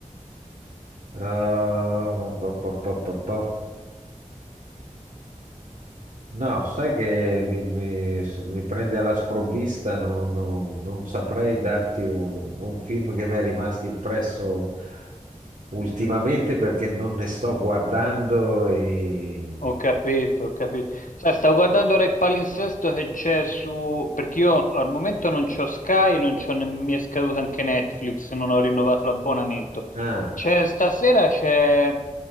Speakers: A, on the right (about 80°); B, on the left (about 80°).
A: Ah, pa, pa, pa, pa, pa. No, sai che mi, mi- mi prende alla sprovvista, no- no- non saprei darti un, un film che mi è rimasto impresso ultimamente perché non ne sto guardando e...
B: Ho capito, ho capito. Sai, stavo guardando ora il palinsesto che c'è su... perché io al momento non c'ho Sky, non c'ho ne- mi è scaduto anche Netflix, non ho rinnovato l'abbonamento.
A: Ah,
B: C'è stasera c'è